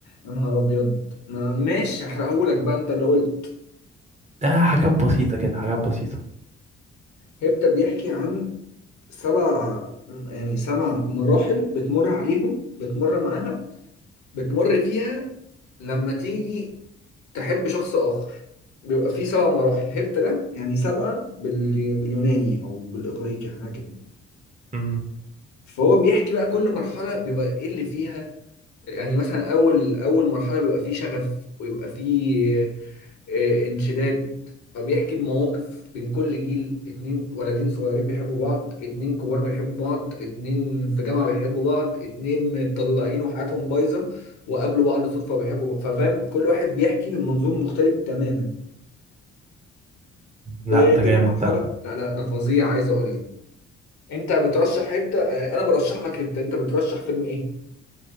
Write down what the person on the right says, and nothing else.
ده حاجات بسيطة كده حاجات بسيطة
امم
لا
ده جامد
ده